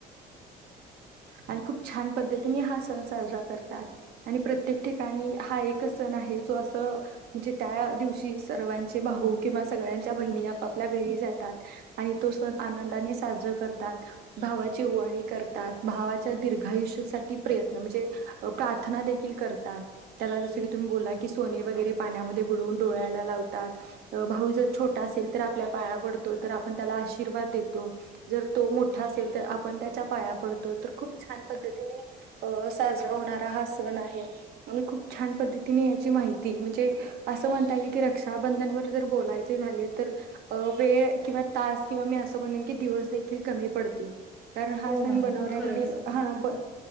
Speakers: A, on the right; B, in the centre.
A: आणि खूप छान पद्धतीने हा सण साजरा करतात, आणि प्रत्येक ठिकाणी हा एकच सण आहे जो अस म्हणजे त्या दिवशी सर्वांचे भाऊ किंवा सगळ्यांच्या बहिणी आपाप ल्या घरी जातात आणि तो सण आनंदाने साजरा करतात, भावाची ओवाळणी करतात. भावाच्या दीर्घायुष्यासाठी प्रयत्न म्हणजे प्रार्थना देखील करतात, तेला जसं की तुम्ही बोला की सोने वगरे पाण्यामध्ये बुडवून डोळ्याला लाव तात भाऊ जर छोटा असेल तर आपल्या पाया पडतो तर आपण त्याला आशीर्वाद देतो, जर तो मोठा असेल तर आपण तेच्या पाया पडतो. तर खूप छान पद्धतीने अं साजरा होणार सण आहे म्हणून खूप छान पद्धतीने याची माहिती म्हणजे असं म्हणता येईल की रक्षाबंधन वर जर बोलायचे झालं तर अ वेळ किंवा तास किंवा मी असं म्हणेन की दिवस देखील कमी पडतील. कारण हा
B: हो
A: सण
B: मॅम
A: बनवर्यांनी
B: हो खरंच
A: हा ब